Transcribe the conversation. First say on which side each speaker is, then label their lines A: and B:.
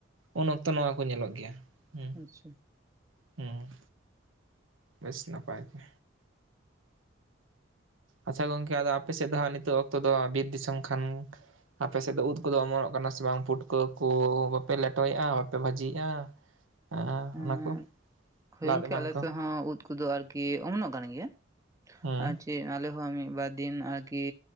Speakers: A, on the right; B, on the right.
A: ᱩᱱ ᱚᱠᱛᱚ ᱱᱚᱣᱟ ᱠᱚ ᱧᱮᱞᱚᱜ ᱜᱮᱭᱟ᱾ ᱦᱩᱸ
B: ᱟᱪᱪᱷᱟ
A: ᱦᱮᱸ ᱵᱮᱥ ᱱᱟᱯᱟᱭ ᱜᱮ᱾ ᱟᱪᱪᱷᱟ ᱜᱚᱝᱠᱮ ᱟᱫᱚ ᱟᱯᱮ ᱥᱮᱫ ᱫᱚ ᱦᱟᱸᱜ ᱱᱤᱛᱚᱜ ᱚᱠᱛᱚ ᱫᱚ ᱵᱤᱨᱫᱤᱥᱚᱢ ᱠᱷᱟᱱ ᱟᱯᱮᱥᱮᱫ ᱫᱚ ᱩᱫ ᱠᱚᱫᱚ ᱚᱢᱚᱱᱚᱜ ᱠᱟᱱᱟ ᱥᱮ ᱵᱟᱝ ᱯᱷᱩᱴᱠᱟᱹ ᱠᱚ ᱵᱟᱯᱮ ᱞᱮᱴᱚᱭᱮᱫᱼᱟ ᱵᱟᱯᱮ ᱵᱷᱟᱹᱡᱤᱭᱮᱫᱼᱟ᱾ ᱟ
B: ᱮᱸ
A: ᱚᱱᱟ ᱠᱚ
B: ᱦᱳᱭ
A: ᱞᱟᱫ
B: ᱜᱚᱝᱠᱮ
A: ᱮᱢᱟᱱ
B: ᱟᱞᱮ
A: ᱠᱚ
B: ᱥᱮᱫ ᱦᱚᱸ ᱩᱫ ᱠᱚᱫᱚ ᱟᱨᱠᱤ ᱚᱢᱚᱱᱚᱜ ᱠᱟᱱ ᱜᱮᱭᱟ
A: ᱦᱮᱸ
B: ᱟᱡ ᱟᱞᱮ ᱦᱚᱸ ᱢᱤᱫ ᱵᱟᱨ ᱫᱤᱱ ᱟᱨᱠᱤ